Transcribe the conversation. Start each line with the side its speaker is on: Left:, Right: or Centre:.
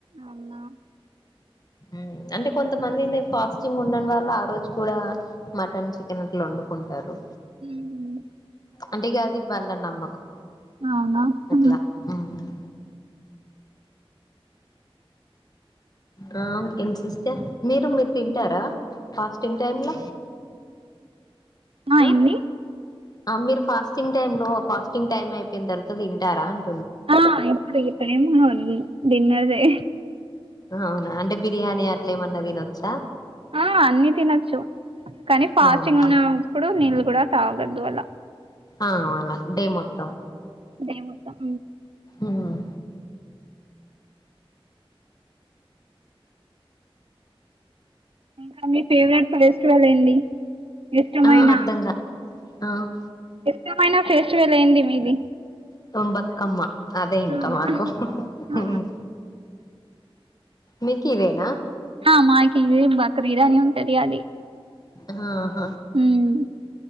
Right: ఔనా
Left: ఉమ్ అంటె కొంతమందిని ఫాస్టింగుండన్ వాళ్ళా రోజ్ కూడా మటన్ చికెన్ అట్లొండు కుంటారు.
Right: ఊమ్.
Left: అంటె గాది వాళ్ళ నమ్మకం
Right: అవునా
Left: అట్ల
Right: హుహు.
Left: ఉమ్. రాంగ్ ఏంది సిస్టర్. మీరు మీర్ తింటారా ఫాస్టింగ్ టైమ్ల.
Right: ఆ
Left: అ
Right: ఏంది
Left: అ మీర్ ఫాస్టింగ్ టైంలొ ఫాస్టింగ్ టైమ్ అయ్పెయిన్ తర్వాత దింటారా అన్
Right: ఆ ఇప్పుడు ఇప్పుడేమ్ ఉండద్ డిన్నరే.
Left: ఔనా అంటె బిర్యానీ అట్లేమన్న దినొచ్చ.
Right: ఆ అన్ని తినొచ్చు కాని ఫాస్టింగ్
Left: అవునా
Right: ఉన్న అప్పుడు నీళ్ళు కుడా తాగొద్దు వల
Left: ఆ మల డే మొత్తం
Right: దేవుతం
Left: ఉమ్.
Right: ఇంక మీ ఫేవరెట్ ఫెస్టివలేంది ఇష్టమైన
Left: ఆ అర్ధంగా ఆ.
Right: ఇష్టమైన ఫేస్టివలేంది మీది.
Left: తోమ్ బత్కమ్మ అదే ఇంక
Right: అవునా?
Left: మాకు
Right: ఆ
Left: ఉమ్. మీకి ఇదేన.
Right: ఆ మాకి ఇది బక్రీదని ఉంటది అది.
Left: హ ఆహ.
Right: మ్